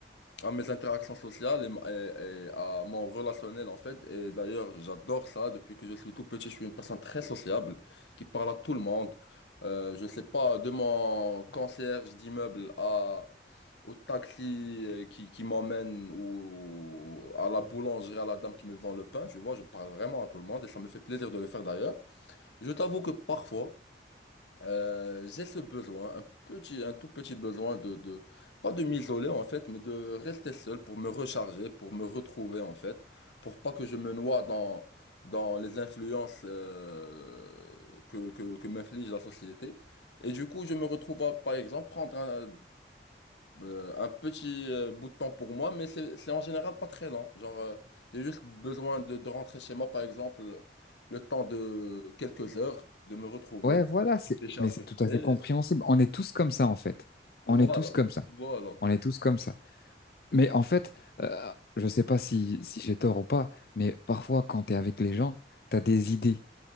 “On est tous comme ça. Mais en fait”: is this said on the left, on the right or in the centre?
Left